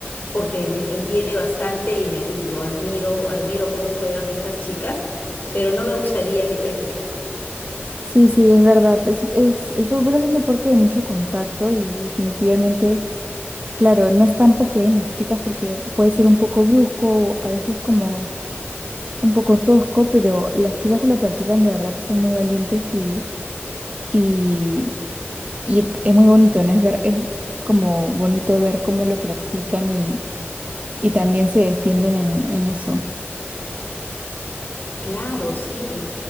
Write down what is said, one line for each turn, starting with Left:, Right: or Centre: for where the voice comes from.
Left: porque me entretiene bastante y, me, y lo admiro, admiro cómo juegan estas chicas, pero no me gustaría a mí practicar.
Right: Sí, sí, es verdad. Es, es, el fútbol es un deporte de mucho contacto y definitivamente, claro, no es tan popular en las chicas porque puede ser un poco brusco, a veces como un poco tosco, pero las chicas que lo practican de verdad que son muy valientes y, y, y es muy bonito, ¿no? Es ver, es como bonito ver cómo lo practican y, y también se defienden en, en eso.
Left: Claro, sí.